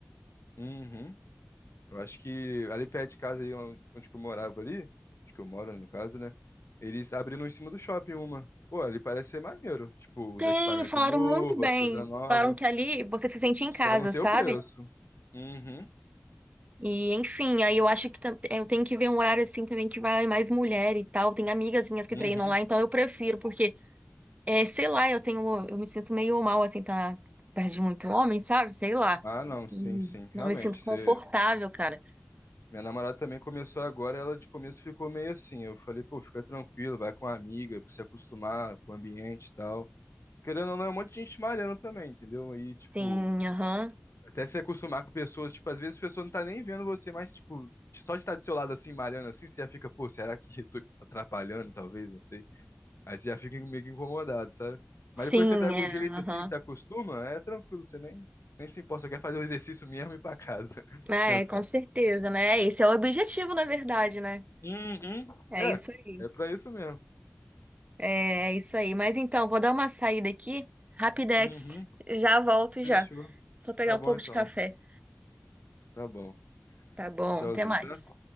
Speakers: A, on the left (about 70°); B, on the right (about 30°).
A: Uhum. Eu acho que ali perto de casa, ali on- onde que eu morava ali, onde que eu moro, no caso, né? Eles abriram em cima do shopping uma. Pô, ali parece ser maneiro. Tipo,
B: Tem,
A: os equipamentos
B: falaram
A: novos,
B: muito bem.
A: as coisas novas.
B: Falaram que ali você se sente em
A: Só
B: casa,
A: não sei
B: sabe?
A: o preço. Uhum,
B: E enfim, aí eu acho que tam- eu tenho que ver um horário assim também que vai mais mulher e tal. Tem amigas minhas que
A: uhum.
B: treinam lá, então eu prefiro, porque, é, sei lá, eu tenho, eu me sinto meio mal assim, tá perto de muito homem, sabe? Sei lá.
A: Ah, não, sim,
B: Hum,
A: sim. Realmente,
B: Não me sinto confortável,
A: você...
B: cara.
A: Minha namorada também começou agora, ela de começo ficou meio assim. Eu falei, pô, fica tranquilo, vai com a amiga, pra se acostumar com o ambiente e tal. Querendo ou não, é um monte de gente malhando também, entendeu? Aí, tipo,
B: Sim, aham.
A: Até se acostumar com pessoas, tipo, às vezes a pessoa não tá nem vendo você, mas, tipo, só de estar do seu lado assim, malhando assim, você já fica, pô, será que eu tô atrapalhando, talvez, não sei. Aí você já fica meio que incomodado, sabe? Mas
B: Sim,
A: depois você pega
B: é,
A: o jeito
B: aham.
A: assim, se acostuma, é tranquilo, você nem, nem se importa, só quer fazer o exercício mesmo e ir pra casa, <laughs>
B: Ah,
A: descansar.
B: É, com certeza, né? Esse é o objetivo, na verdade, né?
A: Uhum.
B: É
A: É,
B: isso aí.
A: é pra isso mesmo.
B: É é isso aí. Mas então, vou dar uma saída aqui. Rapidex.
A: Uhum.
B: Já volto
A: Fechou.
B: já. Só pegar
A: Tá
B: um
A: bom
B: pouco
A: então.
B: de café.
A: Tá bom.
B: Tá bom,
A: Tchauzinho,
B: até mais.
A: tá?